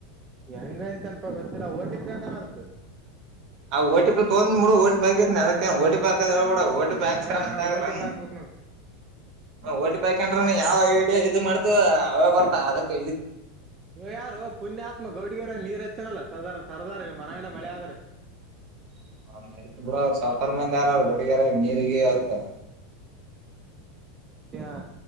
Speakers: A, on the right; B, on the right.
A: ಹೆಂಗಂತನ್ಪಾ ಗೊತ್ತಿಲ್ಲ ಓ ಟಿ ಪಿ ಹಾಕಲ್ಲ ಅದಕ್
B: ಆ ಒಟಿಪಿ ತೊಗೊಂಡ ಮೂಡೋ ಒಟಿಪಿ ಅಗೇಟ್ ಅದಕ್ಕ ಒಟಿಪಿ ಹಾಕೋಡ್ ಹೇಳಬೇಡ ಒಟಿಪಿ ಪಾಕ್ಂತ
A: ಹಾ ಹಾ
B: ಆಗ
A: ಓ ಟಿ ಪಿ ಹಾಕ್ಬೇಕ್ ನೋಡ್
B: ಒಟಿಪಿ ಹಾಕೊಂಡ್ರಿನು ಯಾವ ಐಡಿಯಾ ಇದು ಮಾಡ್ತು ಅವೇ ಬರ್ತ ಅದಕ್ಕ ಇದಕ್
A: ಇವ ಯಾರು ಪುಣ್ಯಾತ್ಮ ಗೌಡಗ ನೀರ್ ಹಚ್ಚನಲ್ಲ ಸದ ಸರ್ದಾರ್ ಮರ ಮಳೆ ಆದ್ರ
B: <unintelligible> ಸಾವಕರ್ ಮಂದಿ ಹರ ಅವ್ರು ಬೆಳಗಾರ ನೀರಿಗ ಅದಕ್ಕ
A: ಹ